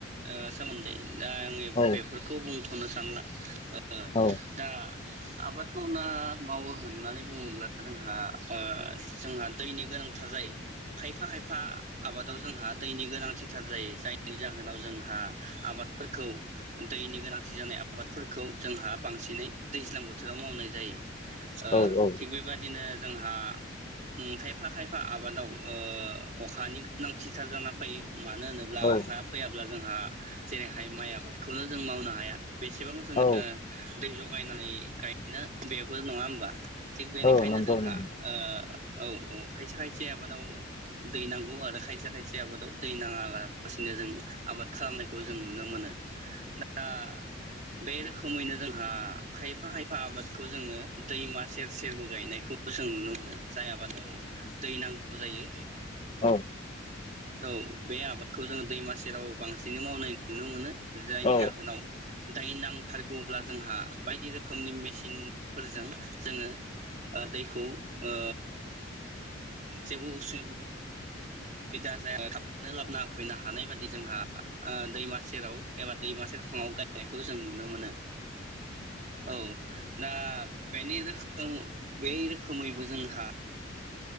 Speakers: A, on the right; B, on the left.
A: ओ सोमोनदै दा आङो
B: औ
A: बेफोरखौ बुंथ' होननो सानला ओ
B: औ
A: दा आबाद मावना मावो होननानै बुङोब्ला जोंहा ओ जोंहा दैनि गोनांथार जायो खायफा खायफा आबादाव जोंहा दैनि गोनांथिथार जायो जाय बेनि जाहोनाव जोंहा आबाद फोरखौ दैनि गोनां गिसि जानाय आबादफोरखौ जोंहा बांसिनै दैज्लां बोथोराव मावनाय जायो। ओ
B: औ
A: थिग बेबादिनो जोंहा उम खायफा खायफा आबादाव ओ अखानि गोनांथिथार जाना फैयो। मानो होनोब्ला
B: औ
A: अखाया फैयाब्ला जों आ जेरैहाय माइ आबादखौनो जों मावनो हाया। बेसेबां जोङो
B: औ
A: दै ज बायनानै गायनो बेबो नङा होमबा थिग बेनिखायनो
B: औ नंगौ
A: जोंहा
B: नंगौ
A: ओ औ औ खायसे खायसे आबादाव दै नांगौ आरो खायसे खायसे आबादाव दै नाङालासिनो जों आबाद खालामनायखौ जों नुनो मोनो। दा बे रोखोमैनो जोंहा खायफा खायफा आबादखौ जोङो दैमा सेर सेरबो गायनायखौ जों नुनो मोनो जाय आबादाव दै नांगौ जायो
B: औ
A: औ बे आबादखौ जोङो दैमा सेेराव बांसिनै मावनाय नुनो मोनो जायनि
B: औ
A: जाहोनाव दै नांथारगौब्ला जोंहा बायदि रोखोमनि मेसिन फोरजों जोङो दैखौ ओ जेबो उसुब सुबिदा जाया थाबनानै लाबोना होफैनो हानाय बायद दि जोंहा ओ दैमा सेेराव एबा दैमा सेेरफाङाव गायनायखौ जों नुनो मोनो। औ दा बेनि रोखोम बे रोखोमैबो जोंहा